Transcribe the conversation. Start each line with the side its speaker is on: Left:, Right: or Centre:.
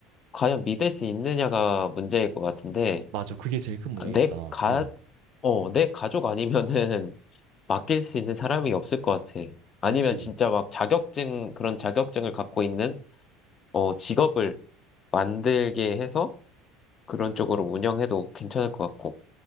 Left: 과연 믿을 수 있느냐가 문제일 것 같은데,
Right: 맞아. 그게 제일 큰 문제겠다.
Left: 아, 내 가,
Right: 어,
Left: 어, 내 가족 아니면은 <laughs> 맡길 수 있는 사람이 없을 것 같아. 아니면
Right: 그치.
Left: 진짜 막 자격증, 그런 자격증을 갖고 있는, 어, 직업을 만들게 해서 그런 쪽으로 운영해도 괜찮을 것 같고.